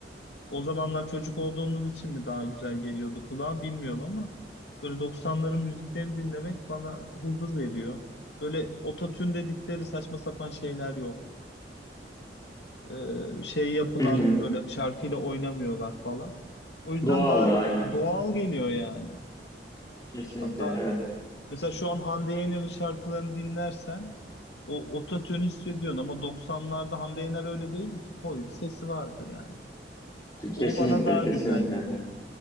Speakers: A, on the left; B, on the left.
A: O zamanlar çocuk olduğumuz için mi daha güzel geliyordu kulağa bilmiyorum ama böyle 90'ların müziklerini dinlemek bana huzur veriyor. Böyle ototune dedikleri saçma sapan şeyler yok. Ee, şey yapılan
B: Hı hı.
A: böyle şarkıyla oynamıyorlar falan. O yüzden
B: Doğaldı
A: daha
B: aynen.
A: doğal geliyor yani.
B: Kesinlikle
A: Hatta
B: evet.
A: mesela şu an Hande Yener'in şarkılarını dinlersen o ototune hissediyorsun ama 90'larda Hande Yener öyle değildi ki. Toy bir sesi vardı yani.
B: Kesinlikle
A: O bana daha
B: kesinlikle.
A: güzel geliyor.